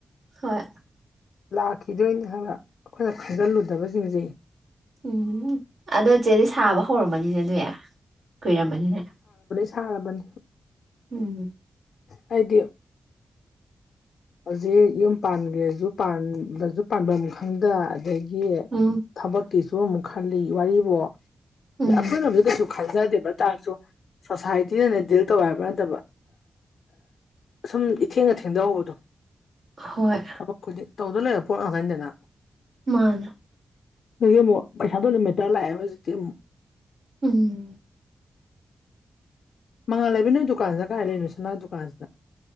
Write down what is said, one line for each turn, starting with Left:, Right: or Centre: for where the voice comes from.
Right: ꯍꯣꯏ
Left: ꯂꯥꯛꯈꯤꯗꯣꯏꯅꯤ ꯍꯥꯏꯕ ꯑꯩꯈꯣꯏꯅ ꯈꯟꯖꯤꯜꯂꯨꯗꯕꯁꯤꯡꯁꯦ
Right: ꯎꯝ ꯑꯗꯣ ꯏꯆꯦꯗꯤ ꯁꯥꯕ ꯍꯧꯔꯝꯃꯅꯤꯅꯦ ꯑꯗꯨ ꯀꯣꯏꯔꯝꯕꯅꯤꯅꯦ
Left: ꯊꯕꯟ
Right: ꯎꯝ
Left: ꯍꯥꯏꯗꯤ ꯍꯧꯖꯤꯛ ꯌꯨꯝ ꯄꯥꯟꯈ꯭ꯔꯦꯁꯨ ꯄꯥꯟꯕꯁꯨ ꯄ ꯈꯪꯗ ꯑꯗꯒꯤ
Right: ꯎꯝ
Left: ꯊꯕꯛ ꯀꯁꯨ ꯑꯃꯨꯛ ꯈꯜꯂꯤ ꯋꯥꯔꯤꯔꯤꯕꯣ
Right: ꯎꯝ
Left: ꯑꯁꯣꯏ ꯅ ꯀꯩꯁꯨ ꯈꯟꯖꯗꯦꯕ ꯇꯥꯔꯁꯨ ꯁꯣꯁꯥꯏꯇꯤꯅꯅꯦ ꯗꯤꯜ ꯇꯧꯦ ꯍꯥꯏꯕ ꯅꯠꯇꯕ ꯁꯁꯨꯝ ꯏꯊꯦꯡꯅ ꯊꯦꯡꯖꯍꯧꯕꯗꯣ
Right: ꯍꯣꯏ
Left: ꯇꯕꯛ ꯈꯨꯗꯤ ꯇꯧꯗ ꯂꯩꯕ ꯄꯣꯠ ꯉꯥꯛꯇꯅꯤꯗꯅ
Right: ꯃꯥꯅꯦ
Left: ꯑꯗꯨꯗꯒꯤ ꯑꯃꯨꯛ ꯄꯩꯁꯥꯗꯣ ꯑꯗꯨꯃꯦꯇꯔ ꯂꯥꯛꯑꯦꯕ ꯍꯧꯖꯤꯛꯇꯤ ꯑꯃꯨꯛ
Right: ꯎꯝ
Left: ꯃꯉꯥ ꯂꯩꯕ ꯅꯣꯏ ꯗꯨꯀꯥꯟꯁꯤꯗ ꯀꯥꯏ ꯂꯩꯔꯤꯅꯣ ꯁꯅꯥ ꯗꯨꯀꯥꯟꯁꯤꯗ